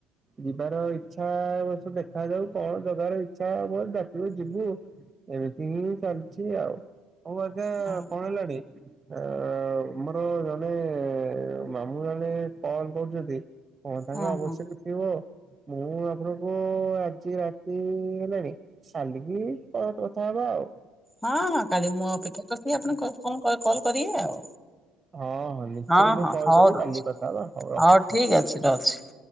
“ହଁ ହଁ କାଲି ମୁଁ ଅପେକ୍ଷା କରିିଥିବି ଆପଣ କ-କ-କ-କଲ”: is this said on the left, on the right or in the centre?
Centre